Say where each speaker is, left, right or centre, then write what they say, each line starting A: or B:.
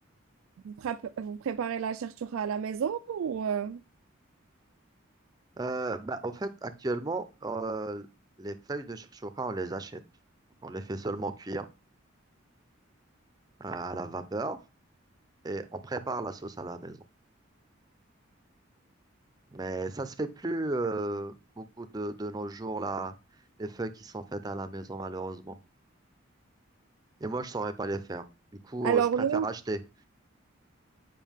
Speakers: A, on the right; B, on the right.
A: Vous, prép- vous préparez la chertura à la maison ou euh,
B: Euh, bah, au fait, actuellement, euh, les feuilles de tchourtchoura, on les achète. Donc, on les fait seulement cuire euh, à la vapeur et on prépare la sauce à la maison. Mais ça se fait plus euh, beaucoup de, de nos jours, là, les feuilles qui sont faites à la maison, malheureusement. Et moi, je saurais pas les faire. Du coup,
A: Alors
B: euh, je préfère
A: nous,
B: acheter.